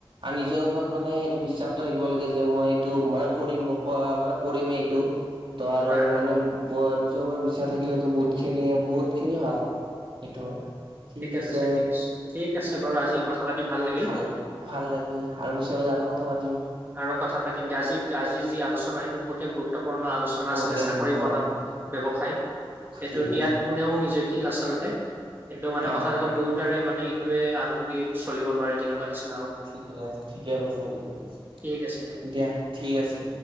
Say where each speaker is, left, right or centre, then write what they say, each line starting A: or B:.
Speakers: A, on the right; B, on the right.
A: আৰু নিজৰ ওপৰত মানে সেইটো বিশ্বাস থাকিব লাগে যে মই এইটো মানে কৰিম কোৱা মানে কৰিমেই এইটো ত আৰু
B: হয় হয়
A: মানে নিজৰ ওপৰত বিশ্বাস থাকে থাকিলেতো বহুত খিনিয়ে বহুত খিনি ভাল সেইটো হয় ঠিক
B: ঠিকে
A: আছে
B: কৈছে ঠিক ঠিক আছে বাৰু আজি কথা পাতি লাগিল।
A: ভাল ভাল লাগিল আৰু পিছলৈ আৰু কথা পাতি
B: আৰু কথা পাতিম দিয়া আজি আজিৰ যি আলোচনা সেইটো বহুতে গুৰুত্বপূৰ্ণ পুৰণা আলোচনা
A: বহুতে
B: আছিলে চাকৰি
A: গুৰুত্বপূৰ্ণ
B: বনাম, ব্যৱসায় সেইটো
A: ঠিক
B: ইয়াত
A: আছে
B: কোনেও নিজে কিল আচলতে কিন্তু মানে
A: অ
B: কথাটো হ'ল দুয়োটাৰে মান মানে এইটোয়ে আনটো এৰি চলিব নাৱাৰে তেনেকুৱা নিচিনা আৰু
A: ঠিকে আছে ঠিকে কৈছা জতিয়ে কৈছে।
B: ঠিক আছে।
A: দিয়া ঠিক আছে।